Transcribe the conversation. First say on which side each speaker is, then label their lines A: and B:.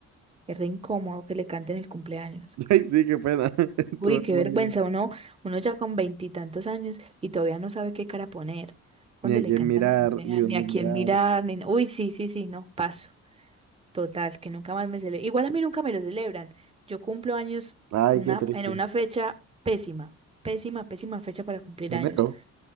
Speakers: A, on the right; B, on the right.
A: es re incómodo que le canten el cumpleaños.
B: <laughs> Ay, sí, qué pena. <laughs>
A: Uy,
B: Todo el
A: qué
B: mundo
A: vergüenza,
B: ahí.
A: uno, uno ya con veintitantos años y todavía no sabe qué cara poner cuando
B: Ni a
A: le
B: quién
A: cantan
B: mirar,
A: el cumpleaños,
B: ni dónde
A: ni a
B: mirar.
A: quién mirar, ni... no, Uy, sí, sí, sí, no, paso. Total, que nunca más me celebran. Igual a mí nunca me lo celebran. Yo cumplo años
B: Ay,
A: una,
B: qué triste.
A: en una fecha pésima, pésima, pésima fecha para cumplir
B: Enero.
A: años,